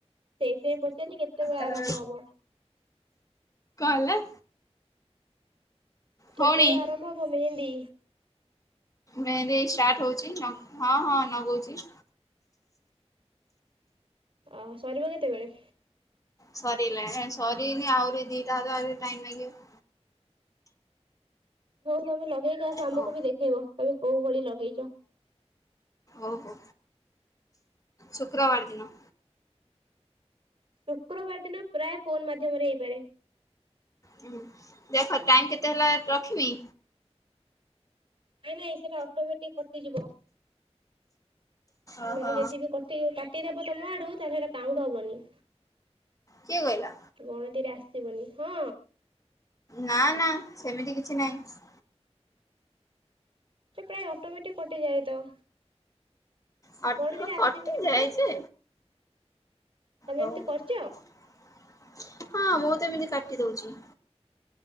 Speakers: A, on the right (about 55°); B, on the left (about 30°).
A: ସେଇଥିପାଇଁ ପଚାରିଲି କେତେବେଳେ
B: କଣ
A: ଆରମ୍ଭ ହବ?
B: ହେଲା?
A: କେତେବେଳେ
B: ଭଉଣୀ
A: ଆରମ୍ଭ ହବ ମେହେନ୍ଦି?
B: ମେହେନ୍ଦି ଏଇ ଷ୍ଟାର୍ଟ ହଉଛି। ହଁ ହଁ ନଗଉଛି।
A: ଆଉ ସରିବ କେତେବେଳେ?
B: ସରିଲା ସରିନି ଆହୁରି ଦିଟା ହାତେ ଆହୁରି ଟାଇମ ନାଗିବ।
A: ହଉ ତମେ ଲଗେଇକି ଆସ ଆମକୁ
B: ହଉ
A: ବି ଦେଖେଇବ। ତମେ କୋଉ ଭଳି ଲଗେଇଛ?
B: ଓହୋ ଶୁକ୍ରବାର ଦିନ।
A: ଶୁକ୍ରବାର ଦିନ ପ୍ରାୟ ଫୋନ ମାଧ୍ୟମରେ ହେଇପାରେ।
B: ହୁଁ ଦେଖ ଟାଇମ କେତେ ହେଲା ରଖିମି?
A: ନାଇଁ ନାଇଁ ସେଟା ଅଟୋମେଟିକ କଟିଯିବ।
B: ଓହୋ
A: ମାନେ ଯଦି ବିି କଟେଇବ କା କାଟିଦବ ତମ ଆଡୁ ତାହେନେ ସେଇଟା କାଉଣ୍ଟ ହବନି।
B: କିଏ କହିଲା?
A: ଗଣତିରେ ଆସିବନି ହଁ।
B: ନା ନା ସେମିତି କିଛି ନାହିଁ।
A: ସେ ପ୍ରାୟ ଅଟୋମେଟିକ୍ କଟିଯାଏ ତ।
B: କଟ
A: ଗଣତି ରେ
B: କଟି
A: ଆସିବନି
B: ଯାଏ
A: ପରା।
B: ଯେ
A: ତମେ
B: ହଁ
A: ଏମିତି କରିଛ
B: ମୁଁ ତ ଏମିତି କାଟି ଦଉଛି।